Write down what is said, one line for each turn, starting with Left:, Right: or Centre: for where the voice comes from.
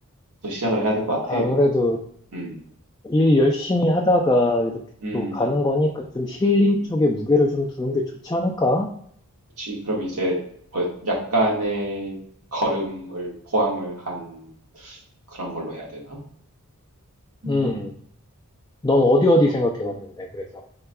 Right: 또 시작을 해야 될 것 같아.
Left: 아무래도
Right: 음.
Left: 일 열심히 하다가 이렇게
Right: 음.
Left: 또 가는 거니까 좀 힐링
Right: 음.
Left: 쪽에 무게를 좀 두는 게 좋지 않을까?
Right: 그치. 그럼 이제 뭐 약간의 걸음을 포함을 한 그런 걸로 해야 되나? 음.
Left: 음, 넌 어디 어디 생각해 봤는데, 그래서.